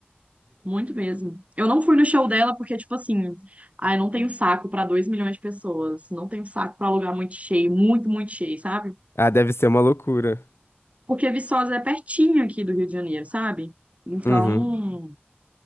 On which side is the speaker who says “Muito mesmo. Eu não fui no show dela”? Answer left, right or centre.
Right